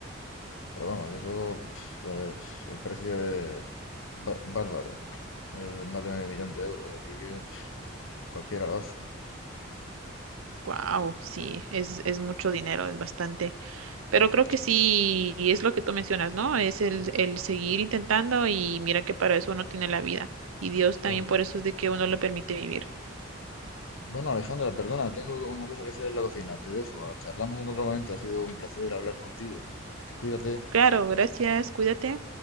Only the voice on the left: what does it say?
Pero vamos, eso pf, es- el precio es ba- bárbaro. Es más de medio millón de euros, así que pf, cualquiera lo hace.
Sí, sí,
claro,
claro.
Bueno, Alejandra, perdona, tengo una cosa que hacer en la cocina. Te dejo. Charlamos en otro momento. Ha sido un placer hablar contigo. Cuídate.